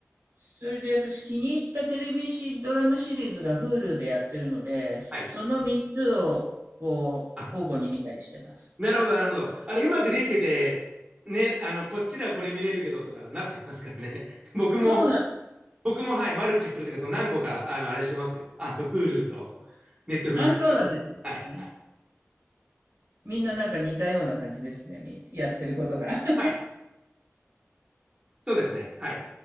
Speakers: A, on the right; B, on the right.
A: それで私気に入ったテレビシドラマシリーズが Hulu でやってるので、その3つをこう交互に見たりしてます。
B: はい、あ、なるほど、なるほど。あれ、うまくできてて、ね、あの、こっちではこれ見れるけどとかなってますからね。<laughs> 僕も、
A: そうなん、
B: 僕も、はい、マルチプルというか、その何個か、あの、あれしてますよ。あの、Hulu と、Netflix。
A: あ、そうなんですね。
B: はい。
A: みんななんか似たような感じですね。みやってることが。<laughs>
B: はい。そうですね。はい。